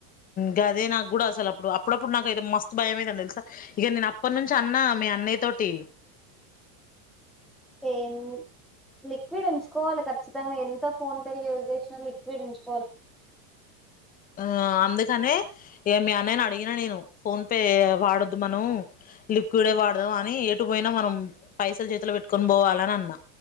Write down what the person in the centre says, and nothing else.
టెన్ లిక్విడ్ ఉంచుకోవాలి కచ్చితంగా ఎంత ఫోన్ పే లు యూజ్ చేసిన లిక్విడ్ ఉంచుకో